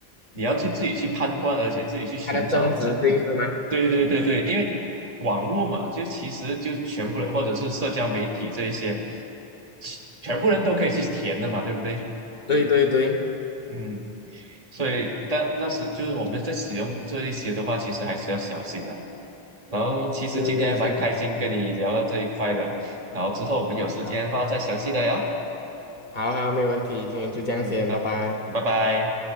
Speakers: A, on the right; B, on the left.
A: 你要去自己去判断，而且自己去寻找这，
B: 它的真实性是吗？
A: 对对对对，因为网络嘛，就其实就全部人或者是社交媒体这一些，其全部人都可以去填的嘛，对不对？
B: 对对对，
A: 嗯。所以，但那时就是我们在使用这一些的话，其实还是要小心的。然后，其实今天还蛮开心跟你聊到这一块的。
B: 是确实。
A: 然后之后我们有时间的话再详细的聊。
B: 好，好好，没问题，今天就这样先，
A: 嗯，那
B: 拜拜。
A: 拜拜。